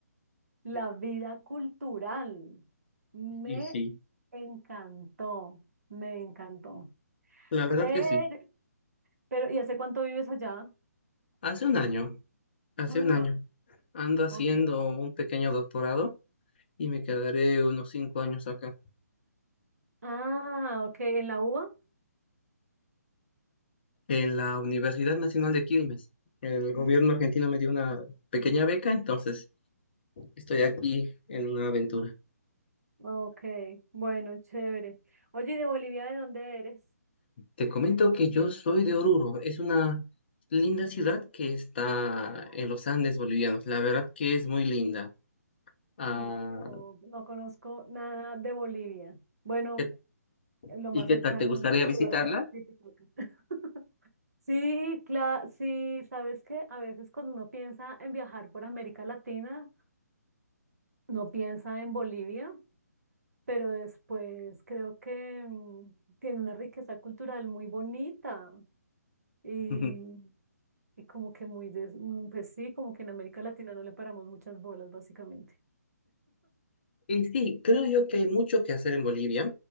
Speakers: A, on the right; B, on the left.
A: La
B: Y
A: vida cultural. Me
B: y sí.
A: encantó, me encantó.
B: La verdad
A: Pero,
B: que sí.
A: pero, ¿y hace cuánto vives allá?
B: Hace un año, hace
A: Ah,
B: un año, ando haciendo
A: ok.
B: un pequeño doctorado y me quedaré unos cinco años acá,
A: Ah, ok, ¿en la UBA?
B: en la Universidad Nacional de Quilmes. El gobierno
A: Mm,
B: argentino me dio una pequeña beca, entonces estoy aquí en una aventura.
A: ok, bueno, chévere. Oye, ¿y de Bolivia de dónde eres?
B: Te comento que yo soy de Oruro, es una linda
A: Mm,
B: ciudad que está en los Andes bolivianos. La verdad que es muy linda. Ah,
A: Mira que no, no conozco nada de Bolivia. Bueno,
B: ¿qué-
A: lo
B: ¿y
A: más
B: qué
A: cercano
B: tal? ¿Te gustaría
A: que estuve
B: visitarla?
A: fue en Titicaca. <laughs> Sí, claro, sí, sabes que a veces cuando uno piensa en viajar por América Latina, no piensa en Bolivia, pero después creo que mm, tiene una riqueza cultural muy bonita y,
B: <laughs>
A: y como que muy, des- mm, pues sí, como que en América Latina no le paramos muchas bolas, básicamente.
B: Y sí, creo yo que hay mucho que hacer en Bolivia.